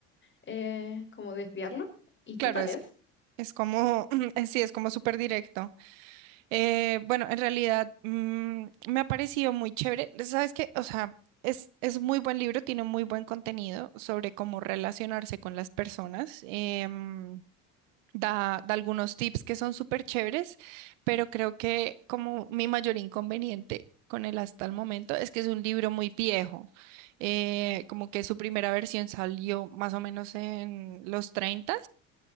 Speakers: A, on the left; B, on the right.
A: eh, como desviarlo. ¿Y
B: Claro,
A: qué tal
B: es,
A: es?
B: es como, <clears throat> eh, sí, es como súper directo. Eh, bueno, en realidad mm, me ha parecido muy chévere. ¿Sabes qué? O sea, es, es muy buen libro, tiene muy buen contenido sobre cómo relacionarse con las personas. Em, da, da algunos tips que son súper chéveres, pero creo que como mi mayor inconveniente con él hasta el momento es que es un libro muy viejo, eh, como que su primera versión salió más o menos en los 30